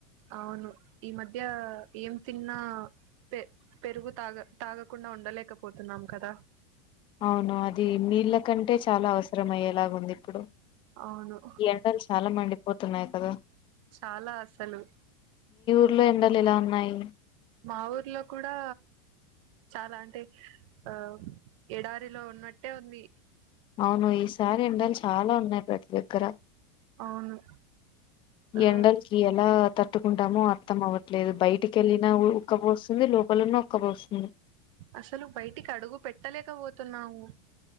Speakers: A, on the right; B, on the left.
A: అవును ఈ మధ్య ఏం తిన్న పె పెరుగు తాగ తాగకుండ ఉండలేకపోతున్నామ్ కద
B: అవును అది నీళ్ళ కంటే చాలా అవసరం అయ్యేలా ఉంది ఇప్పుడు
A: అవును
B: ఈ ఎండలు చాల మండిపొతునయ్ కద
A: చాల అస్సలు
B: ఉర్లో ఎండలు ఎలా ఉన్నాయి
A: మా ఊర్లో కూడా చాలా అంటే ఆ ఎడారిలో ఉన్నట్టే ఉంది
B: అవును ఈసారి ఎండలు చాలా ఉన్నాయి ప్రతి దగ్గర
A: అవును ఆ
B: ఎండలకి ఎలా తట్టుకుంటామో అర్థం అవట్లేదు బయటిక వెళ్ళినా గు ఉక్కపోస్తుంది లోపల ఉన్న ఉక్కపోస్తుంది
A: అసలు బయటికి అడుగు పెట్టలేకపవోతున్నాము